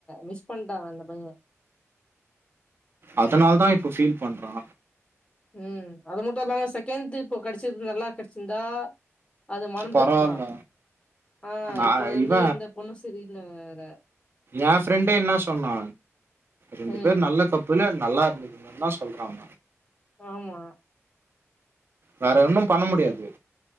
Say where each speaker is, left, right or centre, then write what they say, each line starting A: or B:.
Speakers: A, on the left; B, on the right.
A: மிஸ் பண்ட்டா அந்த பைய
B: அதனாலதா இப்பே ஃபீல் பண்றா
A: ம் அதுமட்டு இல்லாம செகேண்த் இப்போ கேடச்சிருக் நல்லா கேடச்சிருந்தா அது மறந்துருப்பா
B: பரவால்ல
A: ஆ
B: நா
A: இப்போ வந்து
B: இவ
A: இந்த பொண்ணு செரியில்ல வேற
B: எ ஃப்ரெண்டே என்னா சொன்னா ரெண்டு
A: ம்.
B: பேர் நல்ல கப் புல்லே நல்லா இருந்துக்கங்கன்தா சொல்றா அவ
A: ஆமா
B: வேற ஒன்னு பண்ண முடியாது